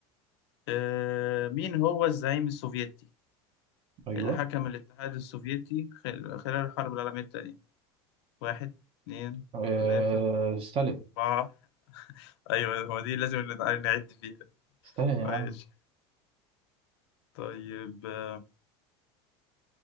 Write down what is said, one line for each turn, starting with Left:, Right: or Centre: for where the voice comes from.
Left: آه، مين هو الزعيم السوفيتي
Right: ايوه
Left: اللي حكم الاتحاد السوفيتي خل- خلال الحرب العالمية الثانية واحد اتنين
Right: آه
Left: تلاتة
Right: ستالين
Left: أربعة أيوة هو دي لازم نتع- نعد فيها
Right: ستالين يا
Left: ماشي
Right: عم
Left: طيب آه،